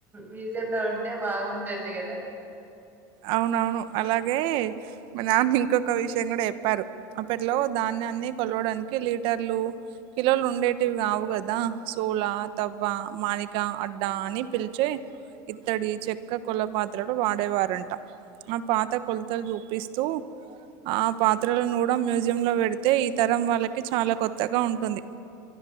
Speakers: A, on the right; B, on the right.
A: మ్యూజియం లో ఉంటే బాగుంటుంది కదా.
B: అవునవును అలాగే మా నాన్న ఇంకొక విషయం కూడా చెప్పారు. అప్పట్లో ధాన్యాన్ని కొలవడానికి లీటర్లు కిలోలు ఉండేటివి కావు కదా. సూల, తవ్వ, మాణిక, అడ్డా అని పిలిచే ఇత్తడి, చెక్క, కుల పాత్రలు వాడేవారం ఆ పాత కొలతలు చూపిస్తూ ఆ పాత్రలను కూడా మ్యూజియం లో పెడితే, ఈ తరం వాళ్ళకి చాలా కొత్తగా ఉంటుంది.